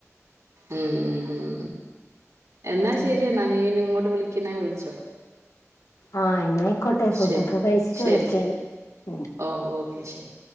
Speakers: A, on the right; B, on the left.
A: ഉം ഉം എന്നാ
B: പിന്നെ
A: ശരിയെന്നാ നീ ഇനി ഇങ്ങോട്ട് വിളിക്കുന്നെ വിളിച്ചോ.
B: ആഹ് എന്നയിക്കോട്ടെ ഫുഡൊക്കെ
A: ശരി
B: കഴിച്ചിട്ട്
A: ശരി
B: വിളിക്കഇനി
A: ശരി
B: ഉം.
A: ഓ ഓക്കെ ശരി